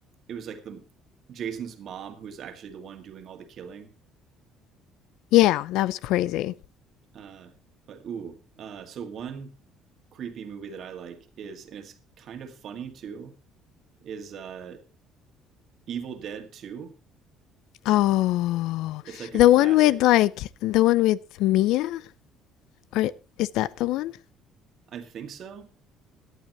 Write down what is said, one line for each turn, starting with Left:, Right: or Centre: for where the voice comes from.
Right: it was like the Jason's mom who was actually the one doing all the killing.
Left: Yeah, that was crazy.
Right: Uh, but ooh, uh, so one creepy movie that I like is and it's kind of funny too is uh Evil Dead Two.
Left: Oh,
Right: It's like a
Left: the
Right: classic.
Left: one with like the one with Mia, or is that the one?
Right: I think so.